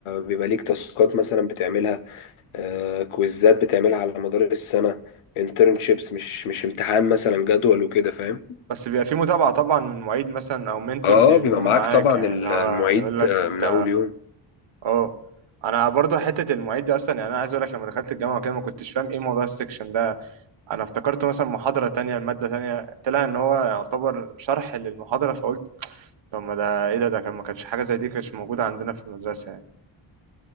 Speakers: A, on the left; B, on the right.
A: بيبقى ليك تاسكات مثلا بتعملها آه كويزات بتعملها على مدار السنة انترنشيبس مش مش امتحان مثلا جدول وكده فاهم
B: بس بيبقى في متابعه طبعا من معيد مثلا او منتور
A: اه
B: بيكون
A: بيبقى معاك
B: معاك
A: طبعا
B: يعني
A: المعيد
B: اللي هو يقول لك
A: آه،
B: انت
A: من اول يوم
B: اه انا برضو حته المعيد دي اصلا يعني انا عايز اقول لك لما دخلت الجامعه كده ما كنتش فاهم ايه موضوع السكشن ده انا افتكرت مثلا محاضره تانية الماده تانية طلع ان هو يعتبر شرح للمحاضره فقلت طب ما ده ايه ده ده كان ما كانش حاجه زي دي كانتش موجوده عندنا في المدرسه يعني